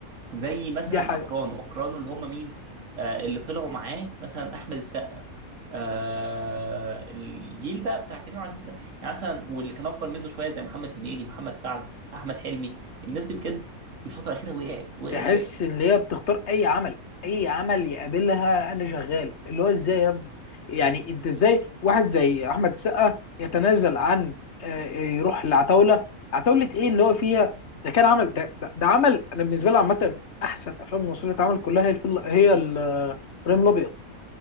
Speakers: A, on the right; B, on the left.
A: زي مثلا
B: دي ح-
A: اقرانه اقرانه اللي هم مين آه اللي طلعوا معاه مثلا احمد السقا آه الجيل بقى بتاع كريم عبد العزيز ده. يعني مثلا واللي كان اكبر منه شويه زي محمد هنيدي محمد سعد احمد حلمي الناس دي بجد الفتره الاخيره وقعت وقعت
B: تحس
A: وقعت
B: ان هي بتختار اي عمل اي عمل يقابلها انا شغال اللي هو ازاي يا ابني يعني انت ازاي واحد زي احمد السقا يتنازل عن آه، آه، يروح لعتاوله عتاوله ايه اللي هو فيها ده كان عمل ده ده, ده عمل انا بالنسبه لي عامه من احسن الافلام المصريه اللي اتعملت كلها هي الفل... هي ال- آه، ابراهيم الابيض